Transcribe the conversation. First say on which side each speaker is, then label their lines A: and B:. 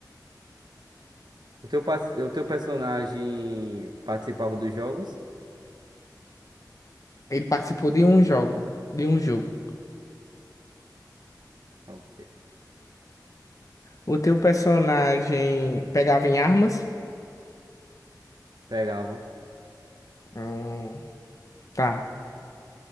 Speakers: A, on the right; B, on the left.
A: O teu, pas- o teu personagem participava dos jogos?
B: Ele participou de um jogo, de um jogo.
A: Eu
B: O teu personagem pegava em armas?
A: Pegava.
B: Hum, tá.